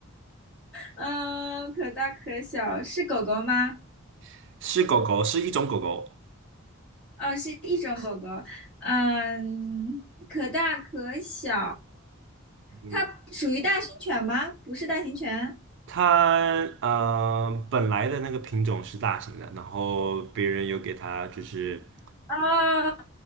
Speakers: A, in the centre; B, on the right.
A: 嗯、可大可小，是狗狗吗？
B: <laughs> 是狗狗，是一种狗狗。
A: 哦、是一种狗狗。嗯、可大可小，
B: 嗯。
A: 它属于大型犬吗？不是大型犬。
B: 它呃本来的那个品种是大型的，然后别人有给它就是
A: 哦，